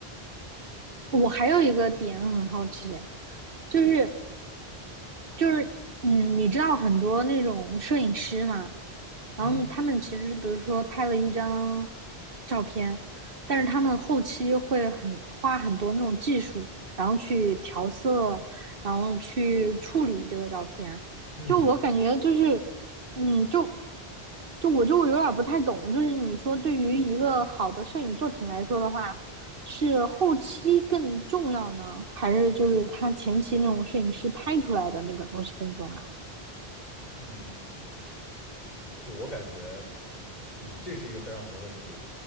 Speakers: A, on the right; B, on the left.
A: 我还有一个点很好奇，就是就是嗯，你知道很多那种摄影师嘛，然后他们其实比如说拍了一张
B: 嗯
A: 照片，但是他们后期会很花很多那种技术，然后去调色，然后去处理这个照片。
B: 嗯
A: 就我感觉就是，嗯，就就我就有点不太懂，就是你说对于一个好的摄影作品来说的话，是后期更重要呢，还是就是他前期那种摄影师拍出来的那个东西更重要？
B: 嗯，就我感觉，嗯，这是一个非常好的问题啊，